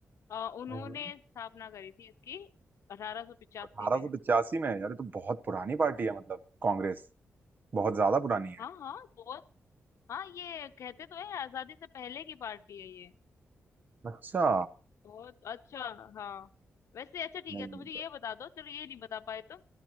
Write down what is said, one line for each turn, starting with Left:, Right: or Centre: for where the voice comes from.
Left: अ, उन्होंने
Right: हम्म।
Left: स्थापना करी थी इसकी 1885
Right: 1885
Left: में
Right: में है यार ये तो बहुत पुरानी पार्टी है मतलब कांग्रेस बहुत ज्यादा पुरानी है
Left: हाँ हाँ बहुत हाँ ये कहते तो है आजादी से पहले की पार्टी है ये
Right: अच्छा
Left: बहुत अच्छा हाँ वैसे अच्छा ठीक
Right: नहीं
Left: है तो मुझे ये बता दो चलो ये नहीं बता पाए तुम